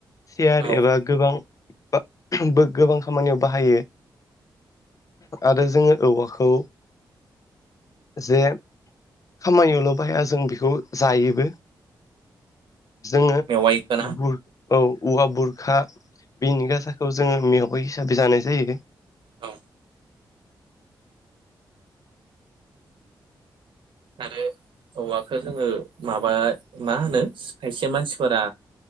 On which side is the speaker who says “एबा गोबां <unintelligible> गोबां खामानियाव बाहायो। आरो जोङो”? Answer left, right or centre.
Left